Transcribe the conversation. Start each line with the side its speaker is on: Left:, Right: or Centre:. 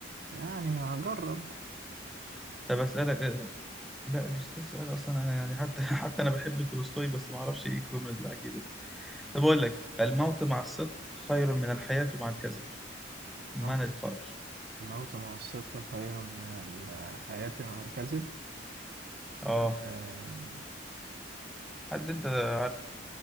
Right: يعني هجرب
Centre: طب أسألك آه، لا بس ده سؤال أصلا أنا يعني حتى <laughs> حتى أنا بحب تولستوي بس ما أعرفش إيه الجملة دي العجيبة دي طب أقول لك الموت مع الصدق خير من الحياة مع الكذب
Right: الموت
Centre: ما نتقاش
Right: الموت مع الصدق خير من الحياة مع الكذب
Centre: اه
Right: آه،
Centre: حد انت عارف